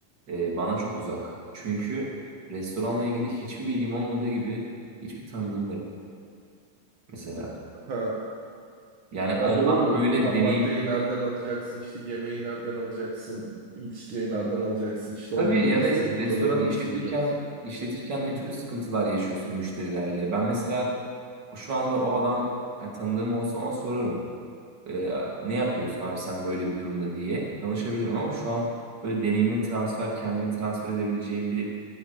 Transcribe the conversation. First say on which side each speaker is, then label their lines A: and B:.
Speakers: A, on the right (about 35°); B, on the right (about 50°).
A: e, bana çok uzak. Çünkü restoranla ilgili hiçbir bilgim olmadığı gibi hiçbir tanıdığım da yok mesela.
B: Ha.
A: Yani ondan
B: Ya doğru.
A: böyle
B: Ham
A: deneyim
B: maddeyi nereden alacaksın? İşte yemeği nereden alacaksın? İçeceği nereden alacaksın? İşte
A: tabii
B: onların
A: ya
B: distribütörleri
A: da restoranı işletirken
B: nasıl bulacaksın?
A: işletirken ne
B: Hı hı.
A: türlü sıkıntılar yaşıyorsun müşterilerle? Ben mesela şu anda o adam e, tanıdığım olsa ona sorarım. e, ne yapıyorsun
B: Hı hı.
A: abi sen böyle bir durumda diye danışabilirim ama şu an böyle deneyimli transfer kendimi transfer edebileceğim bir